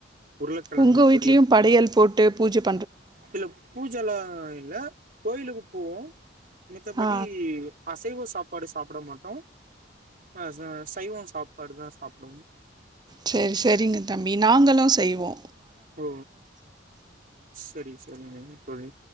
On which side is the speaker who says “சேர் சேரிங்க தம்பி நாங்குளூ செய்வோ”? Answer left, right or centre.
Right